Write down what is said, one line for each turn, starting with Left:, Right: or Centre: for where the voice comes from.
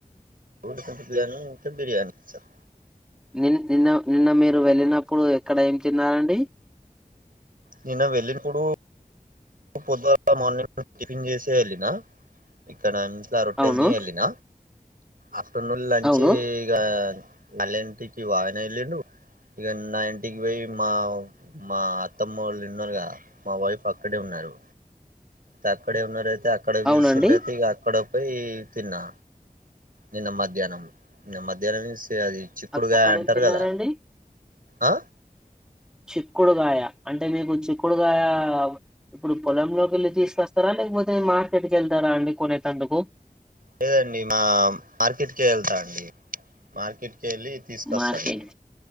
Right: రోజుకో కొంచెం బిర్యానీ ఇంచెం బిర్యానీ సార్
Centre: నిన్ నిన్న నిన్న మీరు వెళ్ళినప్పుడు అక్ అక్కడ ఏం తిన్నారండి.
Right: నిన్న వెళ్ళినప్పుడు పొద్దుగల మార్నింగ్ టిఫిన్ చేసే వెళ్ళిన ఇక్కడ ఇలా రొట్టెల్ని
Centre: అవును
Right: వెళ్ళిన ఆఫ్టర్నూన్ లంచి
Centre: అవును
Right: ఇగా వాళ్ళ ఇంటికి వాయిన ఎల్లిండు ఇక నా ఇంటికి పోయి మా మా అత్తమ్మ వాళ్ళున్నారుగాద మా వైఫ్ అక్క క్కడే ఉన్నారు తక్కడే ఉన్నరైత్ అక్కడ వెలిసింది
Centre: అవునండి
Right: అయితే అక్కడ పోయి తిన్నా నిన్న మధ్యాహ్నం నిన్న మధ్యాహ్నం స అ అది చిక్కుడుగాయ
Centre: అక్ అక్కడ
Right: అంటారు
Centre: ఏం తిన్నారండి
Right: కదా ఆ
Centre: చిక్కుడుగాయ అంటే మీకు చిక్కు చిక్కుడుగయా ఇప్పుడు పొలంలోకి వెళ్ళి తీసుకొస్తారా లేకపోతే మార్కెట్కి వెళ్తారా అండి కొనేటందుకు
Right: లేదండి మా మార్కెట్కే వేళ్తా అండి. మార్కెట్ కేళ్ళి తీసుకొస్తాండి
Centre: మార్కెట్